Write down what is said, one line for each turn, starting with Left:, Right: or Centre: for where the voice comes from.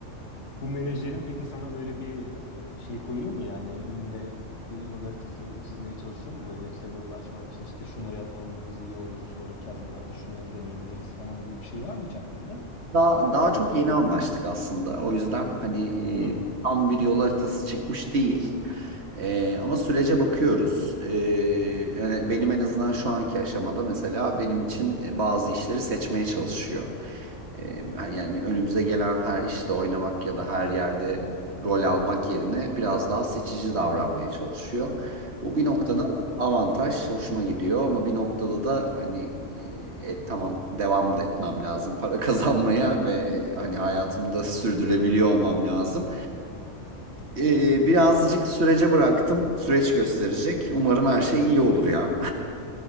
Left: bu menajerin peki sana böyle bir e, şey koyuyor mu yani önünde bir yol haritası çizmeye çalışıyor mu bu hedeflerine ulaşman için işte şunları yapmamız iyi olur sonraki adımlarda şunları deneyebiliriz falan gibi bir şey var mı hiç aklında?
Right: Daha, daha çok yeni anlaştık aslında. O yüzden hani
Left: Hı.
Right: e, tam bir yol haritası çıkmış değil. Ee, ama sürece bakıyoruz. Ee, yani benim en azından şu anki aşamada mesela benim için e, bazı işleri seçmeye çalışıyor. Ee, Yani önümüze gelen her işte oynamak ya da her yerde rol almak yerine biraz daha seçici davranmaya çalışıyor. Bu bir noktada
Left: Hı hı.
Right: avantaj hoşuma gidiyor ama bir noktada da hani e, tamam devam da etmem lazım para <laughs> kazanmaya ve e, hani hayatımı da sürdürebiliyor olmam lazım. Ee, birazcık sürece bıraktım. Süreç gösterecek. Umarım her şey iyi olur ya.